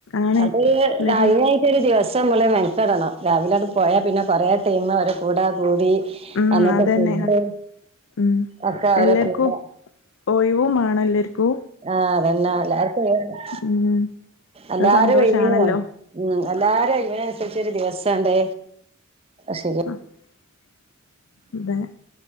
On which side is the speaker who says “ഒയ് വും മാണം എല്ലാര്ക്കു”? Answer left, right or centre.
Left